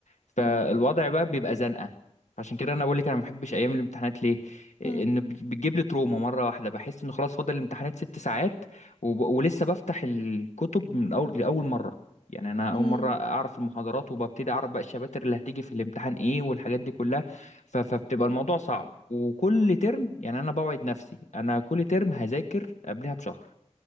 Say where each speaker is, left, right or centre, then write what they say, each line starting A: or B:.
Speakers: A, on the left; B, on the left.
A: فالوضع
B: مم.
A: بقى بيبقى زنقه عشان كده انا بقول لك انا ما بحبش ايام الامتحانات ليه
B: مم.
A: ان بت- بتجيب لي تروما مره واحده بحس ان خلاص فاضل الامتحانات ست ساعات وب... ولسه بفتح الكتب من اول لاول مره يعني انا
B: مم.
A: اول مره اعرف المحاضرات وببتدي اعرف بقى الشباتر اللي هتيجي في الامتحان ايه والحاجات دي كلها ف... فبتبقى الموضوع صعب وكل ترم يعني انا بوعد نفسي انا كل ترم هذاكر قبلها بشهر